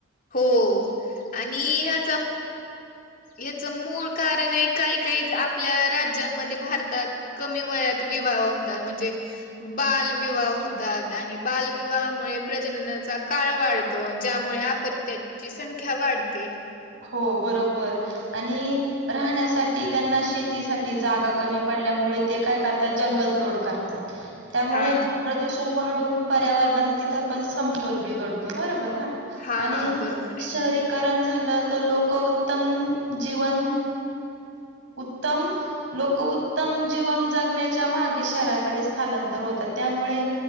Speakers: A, on the left (about 45°); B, on the right (about 75°).
A: हो आणि आच याच मूळ कारण आहे काही काही आपल्या राज्यांमध्ये भारतात कमी वयात विवाह होतात म्हणजे बालविवाह होतात आणि बालविवाहामुळे प्रजननाचा काळ वाढतो. ज्यामुळे अपत्याची संख्या वाढते.
B: हो बरोबर आणि राहण्यासाठी त्यांना शेतीसाठी जागा कमी पडल्यामुळे ते काय करतात जंगल तोड करतात. त्यामुळे
A: हा
B: प्रदूषण वाढून पर्यावरणाच तिथं पण सम- -तोल बीघडतो बरोबर ना.
A: हा
B: आणि
A: बरोबर आहे
B: शहरीकरण झालं लोकउत्तम जीवन उत्तम लोकउत्तम जीवन जगण्याच्या मागे शहराकडे स्थलांतर होतात. त्यामुळे